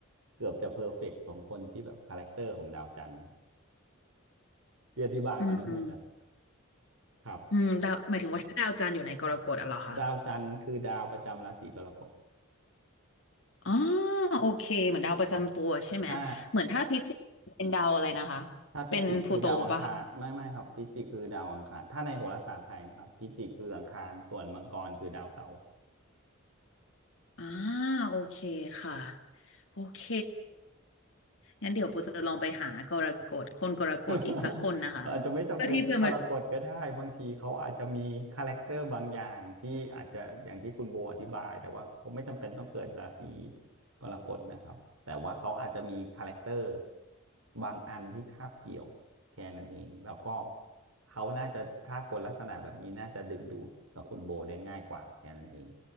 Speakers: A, on the right; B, on the left.
A: เกือบจะเพอร์เฟกต์ของคนที่แบบคาแรคเตอร์ของดาวจันทร์นะที่อธิบายมาทั้งหมดนะครับ
B: อืม
A: ครับ
B: อืมดาวหมายถึงว่าถ้าดาวจันทร์อยู่ในกรกฎอะเหรอคะ
A: ดาวจันทร์คือดาวประจำราศีกรกฎ
B: อ๋อโอเคเหมือนดาวประจำตัวใช่ไหมเหมือนถ้าพิจิกเป็นดาวอะไรนะคะ
A: ใช่ถ้าพิจิกคือดาวอังคารไม่ไม่ครับพิจิกคือดาวอังคารถ้าในโหราศาสตร์ไทยนะครับพิจิกคืออังคารส่วนมังกรคือดาวเสาร์
B: เป็นพลูโตปะคะ อ่าโอเคค่ะโอเคงั้นเดี๋ยวโบจะลองไปหากรกฎคนกรกฎอีกสักคนนะคะ
A: <laughs> อาจจะไม่จำเป็นต้องกรกฎก็ได้บางทีเขาอาจจะมีคาแรคเตอร์บางอย่างที่อาจจะอย่างที่คุณโบอธิบายแต่ว่าเขาไม่จำเป็นต้องเกิดราศี
B: เพื่อที่จะมาดู
A: กรกฎนะครับแต่ว่าเขาอาจจะมีคาแรคเตอร์บางอันที่คาบเกี่ยวแค่นั้นเองแล้วก็เขาน่าจะถ้าคนลักษณะแบบนี้น่าจะดึงดูดกับคุณโบได้ง่ายกว่าแค่นั้นเอง